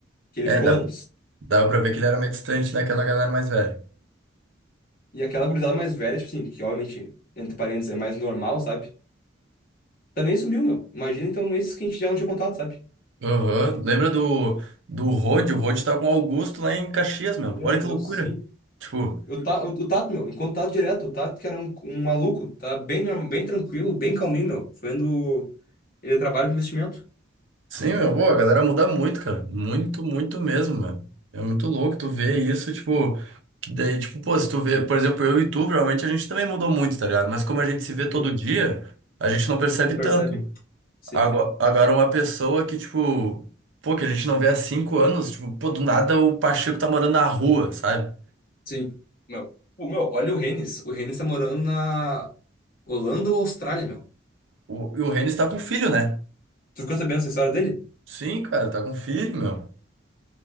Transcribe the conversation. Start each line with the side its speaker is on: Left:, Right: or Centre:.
Left: Que ele
Right: É,
Left: ficou
Right: dava,
Left: anos.
Right: dava pra ver que ele era meio distante daquela galera mais velha.
Left: E aquela gurizada mais velha, tipo assim, que obviamente, entre parênteses, é mais normal, sabe? Também sumiu, meu. Imagina então esses que a gente já não tinha contato, sabe?
Right: Aham, Lembra do, do Rod? O Rod tá com o Augusto lá em Caxias, meu.
Left: Meu
Right: Olha
Left: Deus,
Right: que loucura.
Left: sim.
Right: Tipo,
Left: O, Ta- o, o Tato, meu, enquanto o direto, o Tato que era um, um maluco, tá bem, norma- bem tranquilo, bem calminho, meu. Vendo. Ele trabalha com investimento.
Right: sim, meu, pô, a galera muda muito, cara. Muito, muito mesmo, mano. É muito louco tu ver isso, tipo. Daí, tipo, pô, se tu vê, por exemplo, eu e tu, provavelmente a gente também mudou muito, tá ligado? Mas como a gente se vê todo
Left: Sim.
Right: dia, a gente não percebe
Left: Não percebem.
Right: tanto.
Left: Sim.
Right: Ago- Agora, uma pessoa que, tipo, pô, que a gente não vê há cinco anos, tipo, pô, do nada o Pacheco tá morando na rua, sabe?
Left: Sim. Meu. O meu, olha o Rennes. O Rennes tá morando na Holanda ou Austrália, meu.
Right: O, e o Renis tá com filho, né?
Left: Tu ficou sabendo essa história dele?
Right: Sim, cara, tá com filho, meu.